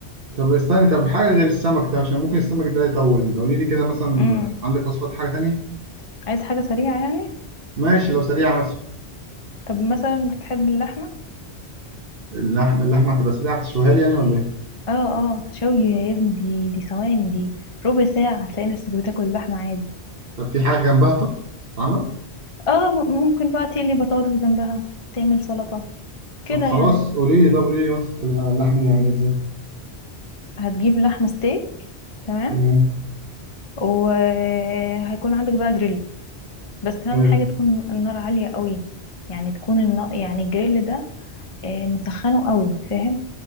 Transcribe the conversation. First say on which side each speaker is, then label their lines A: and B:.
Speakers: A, on the right; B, on the left.
A: طب استني طب حاجة غير السمك ده عشان ممكن السمك ده يطول قولي لي كده مثلا
B: امم
A: عندك وصفات حاجة تانية
B: عايز حاجة سريعة يعني
A: ماشي لو سريعة مثلا
B: طب مثلا بتحب اللحمة
A: اللحم اللحمة هتبقى سريعة تشويها لي يعني ولا ايه
B: اه اه شوي يا
A: طب,
B: ابني دي دي ثواني دي ربع ساعة هتلاقي نفسك بتاكل اللحمة عادي
A: طب في حاجة جنبها طب تتعمل
B: اه م- ممكن بقى تقلي بطاطس جنبها تعمل سلطة كده
A: طب خلاص
B: يعني
A: قولي لي طب قولي لي وصفة اللحمة دي عاملة ازاي
B: هتجيب لحمة ستيك تمام
A: تمام
B: وهيكون عندك بقى جريل بس أهم
A: حلو
B: حاجة تكون النار عالية قوي يعني تكون النار يعني الجريل ده آه، مسخنه قوي فاهم